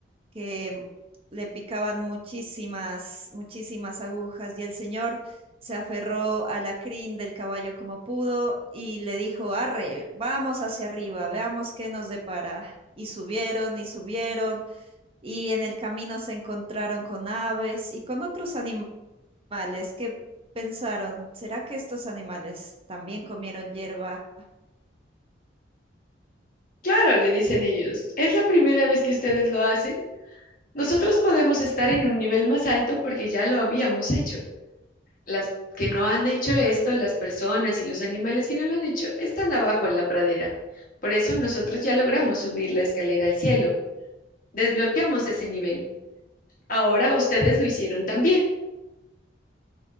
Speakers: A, on the right (about 30°); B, on the left (about 45°).
A: que le picaban muchísimas, muchísimas agujas y el señor se aferró a la crin del caballo como pudo y le dijo, arre, vamos hacia arriba, veamos qué nos depara. Y subieron y subieron y en el camino se encontraron con aves y con otros animales que pensaron, ¿será que estos animales también comieron hierba
B: Claro, le dicen ellos, es la primera vez que ustedes lo hacen. Nosotros podemos estar en un nivel más alto porque ya lo habíamos hecho. Las que no han hecho esto, las personas y los animales que no lo han hecho, están abajo en la pradera. Por eso nosotros ya logramos subir la escalera al cielo, desbloqueamos ese nivel. Ahora ustedes lo hicieron también.